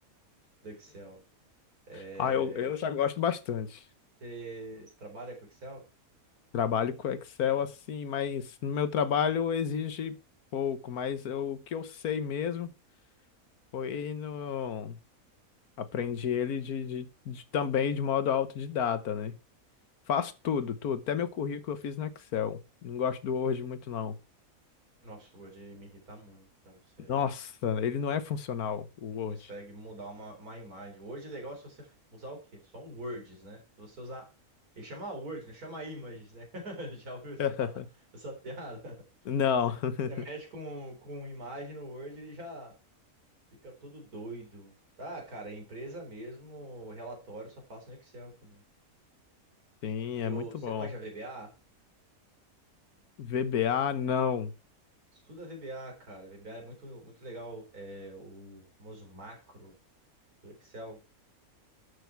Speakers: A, on the right (about 90°); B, on the left (about 85°).
A: do Excel. É,
B: Ah, eu, eu já gosto bastante.
A: você, você trabalha com Excel?
B: Trabalho com Excel assim, mas no meu trabalho exige pouco, mas eu- o que eu sei mesmo foi no aprendi ele de, de- de- também de modo autodidata, né? Faço tudo, tudo, até meu currículo eu fiz no Excel. Não gosto do Word muito não.
A: Nossa, o Word me irrita muito, cara, você...
B: Nossa, ele não é funcional, o
A: Não
B: Word.
A: consegue mudar uma, uma imagem. Word é legal se você usar o quê? Só um words, né? Se você usar. Ele chama Word, não chama images, né? <laughs> Já ouviu essa,
B: <laughs>
A: fala- essa piada? <laughs>
B: Não, <laughs>
A: Você mexe com, com imagem no Word, ele já fica todo doido. Ah, cara, é empresa mesmo, relatório eu só faço no Excel também.
B: sim,
A: Eu,
B: é muito
A: você
B: bom.
A: manja VBA?
B: VBA, não.
A: Estuda VBA, cara. VBA é muito, muito legal. É o famoso macro do Excel.